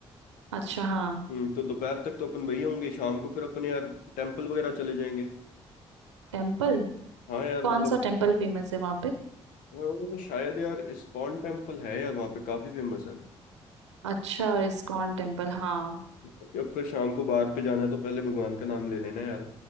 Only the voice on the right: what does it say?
अच्छा हाँ
टेम्पल
कौन
सा टेम्पल फेमस है वहाँ पे
अच्छा इस्कॉन टेम्पल हाँ